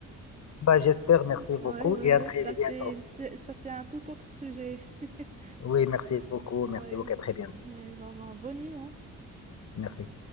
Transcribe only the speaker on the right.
Ouais, ouais,
ouais,
ça c'est,
c'est- ça c'est un tout autre sujet. <laughs>
Ouais.
Ouais, bah, bah, bonne nuit, hein.